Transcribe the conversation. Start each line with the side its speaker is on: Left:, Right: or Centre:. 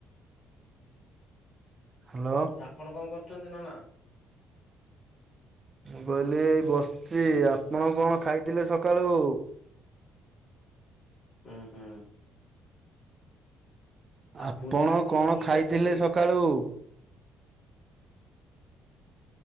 Right: ହ୍ୟାଲୋ।
Left: ଆପଣ କଣ କରୁଚନ୍ତି ନନା?
Right: ମୁଁ କହିଲି ଏଇ ବସିଚି ଆପଣ କଣ ଖାଇଥିଲେ ସକାଳୁ।
Left: ହୁଁ ହୁଁ। ଆଉ
Right: ଆପଣ
Left: ପୁରୀ ଆଡେ କୋଉଦିନ
Right: କଣ
Left: ବୁଲି
Right: ଖାଇଥିଲେ
Left: ଯାଉଛନ୍ତି?
Right: ସକାଳୁ?